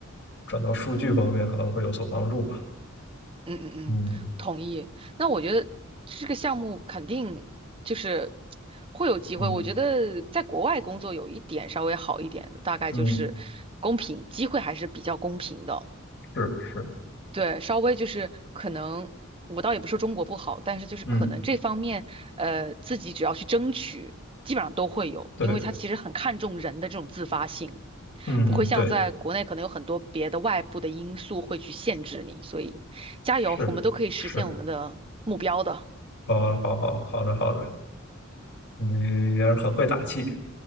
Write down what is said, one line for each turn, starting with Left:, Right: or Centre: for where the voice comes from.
Left: 转到数据方面可能会有所帮助吧。
Right: 嗯嗯嗯，
Left: 嗯
Right: 同意。那我觉得这个项目肯定就是会有机会。
Left: 嗯
Right: 我觉得在国外工作有一点稍微好一点的，大概就是公平，
Left: 嗯，
Right: 机会还是比较公平的。
Left: 是是，
Right: 对，稍微就是可能，我倒也不说中国不好，但是就是可能这方面，
Left: 嗯
Right: 呃，自己只要去争取，基本上都会有，
Left: 对，
Right: 因为他其实很看重人的这种自发性，
Left: 嗯嗯对，
Right: 不会像在国内可能有很多别的外部的因素会去限制你，所以加油，
Left: 是是，
Right: 我们都可以实现我们的目标的，
Left: 好啊好好好的好的，你也是很会打气，